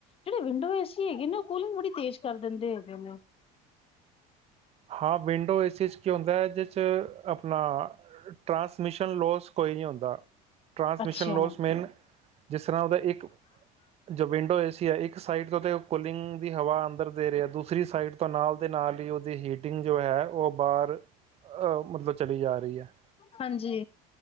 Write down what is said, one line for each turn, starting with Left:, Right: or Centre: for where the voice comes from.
Left: ਜਿਹੜੇ ਵਿੰਡੋ ਏਸੀ ਹੈਗੇ ਨਾ ਉਹ ਕੂਲਿੰਗ ਬੜੀ ਤੇਜ਼ ਕਰ ਦਿੰਦੇ ਹੈਗੇ ਨੇ
Right: ਹਾਂ ਵਿੰਡੋ ਏ ਸੀ ਚ ਕੀ ਹੁੰਦਾ ਹੈ। ਦੇ ਆਪਣਾ ਟ੍ਰਾਂਸਮਿਸ਼ਨ ਲੋਸ ਕੋਈ ਨੀ ਹੁੰਦਾ, ਟ੍ਰਾਂਸਮਿਸ਼ਨ
Left: ਅੱਛਾ
Right: ਲੋਸ ਮੇਨ ਜਿਸ ਤਰ੍ਹਾਂ ਉਹਦਾ ਇੱਕ ਜੋ ਵਿੰਡੋ ਏ ਸੀ ਹੈ ਇੱਕ ਸਾਈਡ ਤੋਂ ਤੇ ਕੁੂਲਿੰਗ ਦੀ ਹਵਾ ਅੰਦਰ ਦੇ ਰਿਹਾ ਦੂਸਰੀ ਸਾਈਡ ਤੋਂ ਨਾਲ ਦੇ ਨਾਲ ਹੀ ਉਹਦੀ ਹੀਟ- ਟਿੰਗ ਜੋ ਹੈ ਉਹ ਬਾਹਰ ਮਤਲਬ ਚਲੀ ਜਾ ਰਹੀ ਹੈ
Left: ਹਾਂਜੀ